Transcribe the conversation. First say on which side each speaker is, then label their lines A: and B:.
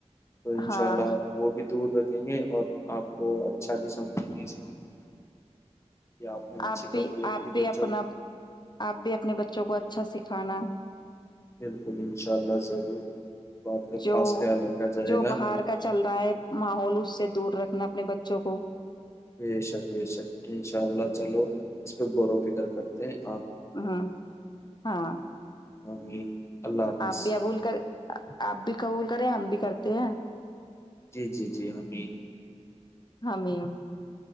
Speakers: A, on the left; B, on the left.
A: تو ان
B: ہاں
A: شاء اللہ وہ بھی یں گے اور آپ کو اچھا بھی سمجھیں گے اس معاملے میں کہ نے اچھی
B: آپ
A: تربیت
B: بھی آپ
A: دی
B: بھی
A: بچوں
B: اپنا آپ بھی اپنے بچ بچوں کو اچھا سکھانا
A: بالکل انشاء اللہ ضرور بات کا
B: جو
A: خاص خیال رکھا جائے
B: جو
A: گا
B: باہر کا چل رہا ہے ماحول اس سے دور رکھنا اپنے بچوں کو
A: ب شک بی شک شک شاملہ چلو اس پہ غور و فکر کرتے تو
B: ہ ہاں
A: آمین اللہ حافظ
B: آپ بھی ابول کر آپ بھی قبول کرے ہم بھی کرتے ہیں
A: جی جی جی حمیین
B: ہم م